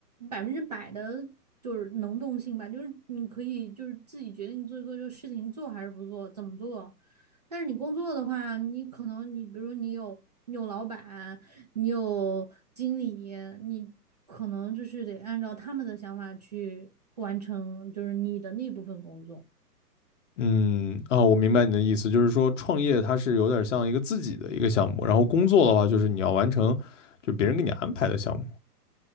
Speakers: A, on the right; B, on the left.
A: 百分之百的就是能动性吧，就是你可以就是自己决定做一个这个事情做还是不做，怎么做。但是你工作的话，你可能你比如说你有你有老板，你有经理，你可能就是得按照他们的想法去完成，就是你的那部分工作。
B: 嗯啊，我明白你的意思，就是说创业它是有点像一个自己的一个项目，然后工作的话就是你要完成，就别人给你安排的项目，